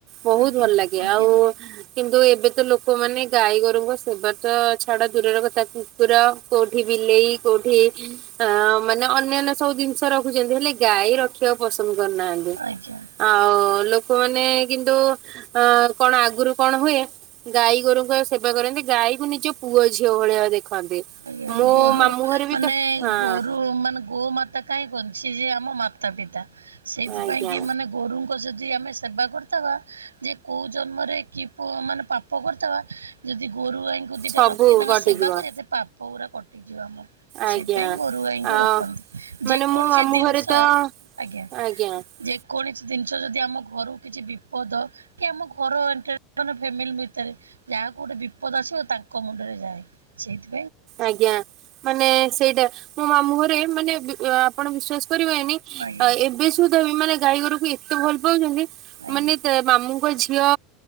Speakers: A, on the right; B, on the right.
A: ବହୁତ
B: ଆଜ୍ଞା
A: ଭଲ୍ ଲାଗେ,
B: ଆଜ୍ଞା
A: ଆଉ କିନ୍ତୁ ଏବେ ତ ଲୋକମାନେ ଗାଈ ଗୋରୁଙ୍କ ସେବା ତ ଛାଡା ଦୂରର କଥା କୁକୁର କୋଉଠି ବିଲେଇ କୋଉଠି ଅ ମାନେ ଅନ୍ୟାନ୍ୟ ସବୁ ଜିନି ଷ ରଖୁଚନ୍ତି, ହେଲେ ଗାଈ ରଖିବାକୁ ପସନ୍ଦ କରୁନାହାନ୍ତି।
B: ଆଜ୍ଞା।
A: ଆଉ ଲୋକମାନେ କିନ୍ତୁ ଅ କଣ ଆଗରୁ କଣ ହୁଏ ଗାଈ ଗୋରୁଙ୍କ ସେବା କରନ୍ତି, ଗାଈକୁ ନିଜ ପୁଅ ଝିଅ ଭଳିଆ ଦେଖନ୍ତି।
B: ଆଜ୍ଞା
A: ମୋ
B: ଗୋରୁ
A: ମାମୁଁ ଘରେ ବି
B: ମାନେ
A: ତ ହଁ
B: ଗୋରୁ ମାନେ ଗୋମାତା କାଇଁ କୁହନ୍ତି, ସେ ଯେ ଆମ ମାତା ପିତା ସେଇଥିପାଇଁ
A: ଆଜ୍ଞା
B: କିି ମାନେ ଗୋରୁଙ୍କ ଯଦି ଆମେ ସେବା କରୁଥବା ଯେ କୋଉ ଜନ୍ମରେ କି ପ ମାନେ ପାପ କରିଥବା ଯଦି ଗୋରୁ ଗଈଙ୍କୁ ଦିଟା
A: ସବୁ
B: ରଖିକି ତାଙ୍କ
A: କଟିଯିବ
B: ସେବା କରିବା, ସେ ପାପ ଗୁରା କଟିଯିବ ଆମର।
A: ଆଜ୍ଞା।
B: ସେଇ ପାଇଁ ଗୋରୁ ଗାଈଙ୍କୁ
A: ଆ
B: ରଖନ୍ତି,
A: ମାନେ
B: ଯେ କୌଣସି
A: ମୋ ମାମୁଁ
B: ଦିନ୍ଷ
A: ଘରେ ତ
B: ଆଜ୍ଞା
A: ଆଜ୍ଞା।
B: ଯେକୌଣସି ଜିନିଷ ଯଦି ଆମ ଘରୁ କିଛି ବି ପଦ କି ଆମ ଘରେ ଏଣ୍ଟାୟାର ମାନେ ଫ୍ୟାମିଲି ଭିତେରେ ଯାହାକୁ ଗୋଟେ ବିପଦ ଆସିବ ତାଙ୍କ ମୁଣ୍ଡରେ ଯାଏ, ସେଇଥି
A: ଆଜ୍ଞା ମାନେ ସେଇଟା। ମୋ ମାମୁଁ ଘରେ ମାନେ ଆପଣ ବିଶ୍ଵାସ କରିବେନି
B: ଆଜ୍ଞା
A: ଆ ଏବେ ସୁଧା ବି ମାନେ ଗାଈ ଗୋରୁ କୁ ଏତେ ଭଲ ପାଉଚନ୍ତି
B: ଆଜ୍ଞା
A: ମାନେ ମାମୁଁଙ୍କ ଝିଅ